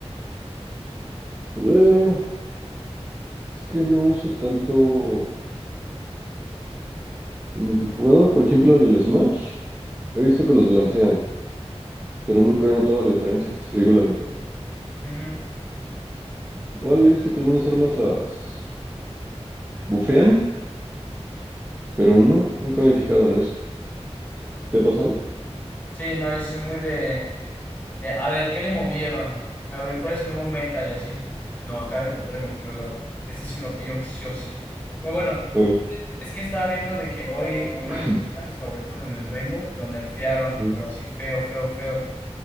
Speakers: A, on the right (about 15°); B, on the left (about 15°).
A: Eh, es que no uso tanto el multijugador. Por ejemplo, en el Smash, he visto que los balancean, pero nunca he notado la diferencia, te digo la neta.
B: Ujú.
A: Igual he visto que algunas armas las bufean, pero no, nunca me he fijado en eso. ¿Te ha pasado?
B: Sí, no, eso es muy de, Eh, a ver, ¿qué le movieron? A ver, ¿cuál es su nuevo meta? Y así. No, acabo de encontrar el mejor reloj. Este sí me lo pillo, sí o sí. Pero bueno,
A: A ver.
B: es que estaba viendo de que hoy uno
A: <clears throat>
B: de mis personajes favoritos en el Rainbow lo nerfearon,
A: Ujú,
B: pero así feo, feo, feo.